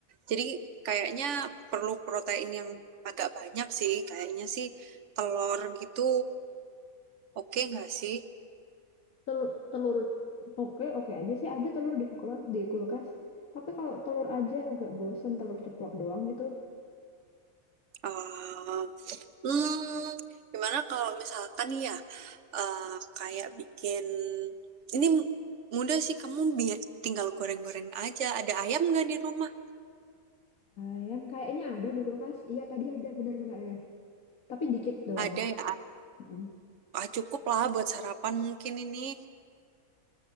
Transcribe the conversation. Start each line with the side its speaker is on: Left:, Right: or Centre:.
Right: Jadi kayaknya perlu protein yang agak banyak sih. Kayaknya sih telur gitu oke nggak sih?
Left: Telur, telur oke oke aja sih ada telur di kulkas, di kulkas. Tapi kalau telur aja agak bosen telur ceplok doang gitu.
Right: Eh, hmm, gimana kalau misalkan nih ya eh, kayak bikin ini mudah sih kamu biar tinggal goreng-goreng aja. Ada ayam nggak di rumah?
Left: Ayam kayaknya ada di kulkas. Iya tadi ada benar-benar ada. Tapi dikit doang.
Right: Ada ya.
Left: Mm-mm.
Right: Ah, cukup lah buat sarapan mungkin ini.